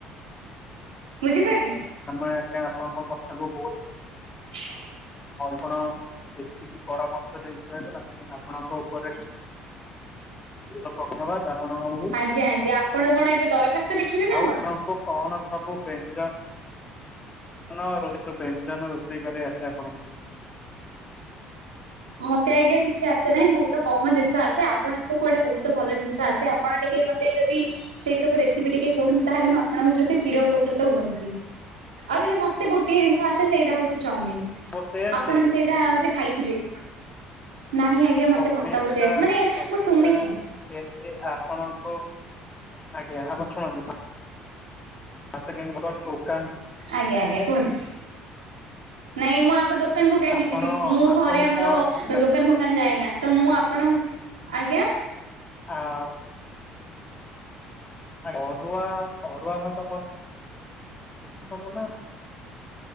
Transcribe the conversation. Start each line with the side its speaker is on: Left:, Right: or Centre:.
Right: ବୁଝି ପାରିଲେ।
Left: ଆମେ ଆଜ୍ଞା ଆପଣଙ୍କ କଥାକୁ ବହୁତ
Right: ହ୍ୟାଲୋ।
Left: ଆପଣ ଏତିକି ପରାମର୍ଶ ଦେଇଥିବାରୁ ଆମେ ଆପଣଙ୍କ ଉପରେ ଚିରୁ ଧନ୍ୟବାଦ ଆପଣଙ୍କୁ
Right: ଆଜ୍ଞା ଆଜ୍ଞା ଆପଣ କଣ ଏବେ ଦରଖାସ୍ତ ଲେଖିବେ ନା
Left: ଆଉ
Right: କଣ?
Left: ଆପଣଙ୍କୁ କଣ ସବୁ ବ୍ୟଞ୍ଜନ ଆପଣ ବ୍ୟଞ୍ଜନ ରୋଷେଇ କରି ଆସେ ଆପଣଙ୍କୁ।
Right: ମତେ ଆଜ୍ଞା କିଛି ଆସେ ନାହିଁ ବହୁତ କମ ଜିନିଷ ଆସେ ଆପଣଙ୍କୁ କୁଆଡେ ବହୁତ ଭଲ ଜିନିଷ ଆସେ ଆପଣ ଟିକେ ଟିକେ ମୋତେ ଯଦି ସେ ସବୁ ରେସିପି ଟିକେ କୁହନ୍ତେ ତାହେଲେ ମୁଁ ଆପଣଙ୍କ ପ୍ରତି ଚୀର ଉପକୃତ ହୁଅନ୍ତି। ଆଉ ଯଦି ମତେ ଗୋଟଏ ଜିନିଷ ଆସେ ସେଇଟା ହଉଛି ଚଉମିନ
Left: ରୋଷେଇ ଆସେ
Right: ଆପଣ ବି ସେଇଟା ବୋଧେ ଖାଇଥିଲେ। ନାହିଁ ଆଜ୍ଞା ମତେ
Left: ଚଉମିିନଟା
Right: ଭାତ ବସେଇ ଆସେ ମାନେ
Left: ଚଉମିନଟା
Right: ମୁଁ ଶୁଣିଚି।
Left: ଏମତି ଆପଣଙ୍କୁ ଆଜ୍ଞା ଆପଣ ଶୁଣନ୍ତୁ? ସେକେଣ୍ଡ ଭଲ ଟୋକା
Right: ଆଜ୍ଞା ଆଜ୍ଞା କୁହନ୍ତୁ? ନାଇଁ ମୁଁ ଆଗ ଦୋକାନକୁ କାହିଁକି
Left: ଆପଣ
Right: ଯିବି ମୁଁ
Left: ଆପଣଙ୍କୁ
Right: ଘରେ ଆମର
Left: କଣ ଭଲ ଲାଗେ?
Right: ଦୋକାନ ଦୋକାନ ଯାଏନା ତ ମୁଁ ଆପଣ ଆଜ୍ଞା
Left: ହଁ। ଅରୁଆ ଅରୁଆ ଭାତ କଣ ଭଲ ନା।